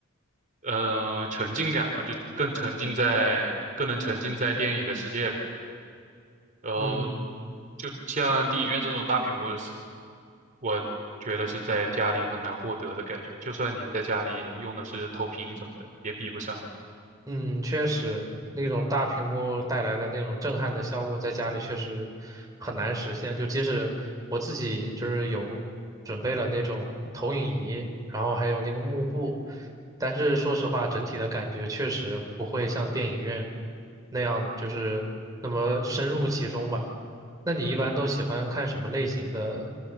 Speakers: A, on the right; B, on the right.
A: 呃沉浸感吧，就更沉浸在，更能沉浸在电影的世界里。然后，
B: 嗯。
A: 就像电影院这种大屏幕是，我觉得是在家里很难获得的感觉，就算你在家里用的是投屏什么的，也比不上的。
B: 嗯，确实，那种大屏幕带来的那种震撼的效果，在家里确实很难实现。就即使我自己就是有准备了那种投影仪，然后还有那个幕布，但是说实话，整体的感觉确实不会像电影院那样，就是那么深入其中吧。那你一般都喜欢看什么类型的
A: 嗯，